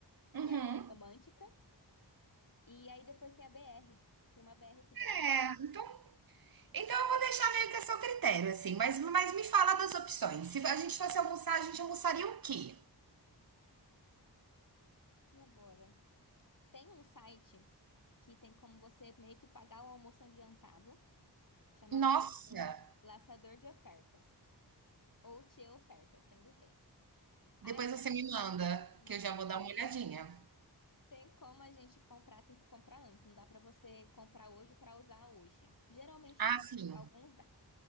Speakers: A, on the right; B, on the left.
A: Uhum.
B: que é a Rota Romântica. E aí depois tem a BR. Tem uma BR que vai
A: É,
B: até.
A: então, então eu vou deixar meio que a seu critério, assim, mas, mas me fala das opções. Se a gente fosse almoçar, a gente almoçaria o quê?
B: E agora? Tem um site que tem como você meio que pagar o almoço adiantado, chamado
A: Nossa!
B: Laçador de Ofertas. Ou Tio Ofertas, tem dos dois.
A: Depois
B: Aí,
A: você me manda,
B: mano,
A: que eu já vou dar uma olhadinha.
B: tem como a gente comprar, tem que comprar antes. Não dá pra você comprar hoje pra usar hoje. Geralmente
A: Ah,
B: não,
A: sim.
B: alguns dá.